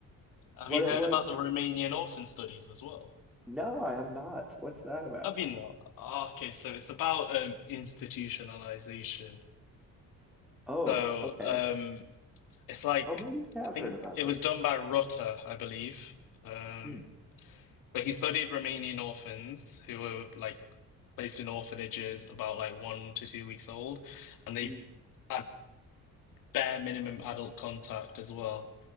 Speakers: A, on the left; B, in the centre.
A: Have
B: What
A: you heard
B: what
A: about the Romanian orphan studies as well?
B: no, I have not. What's that about?
A: Have you not? Oh, okay, so it's about um institutionalization.
B: Oh,
A: So
B: okay.
A: um it's like
B: Oh, maybe I have
A: I think
B: heard about
A: it
B: this.
A: was done by Rutter, I believe. Um
B: Hmm.
A: so he studied Romanian orphans who were like placed in orphanages about like one to two weeks old, and they
B: Hmm.
A: had bare minimum adult contact as well.